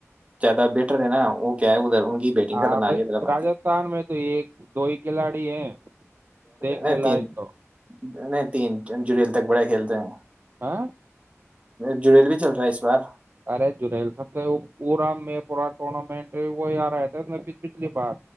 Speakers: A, on the right; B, on the right.
A: زیادہ بیہٹر ہے نا وہ کیا ہے ادھر کی بیٹنگ
B: ہاں
A: خطرناک
B: بھائی
A: ہے حیدرآباد
B: راجستھان
A: کی
B: میں تو ایک دو ہی کھلاڑی ہیں دیکھنے
A: نہیں تین
B: لائق تو
A: نہیں تین جڑل تک بڑا کھیلتے ہیں
B: ہاں
A: جڑیل بھی چل رہا ہے اس بار
B: ارت جلل سب سے پورا میں پورا ٹورنامنٹ وہی آ رہا تھا اس میں پچھلی بار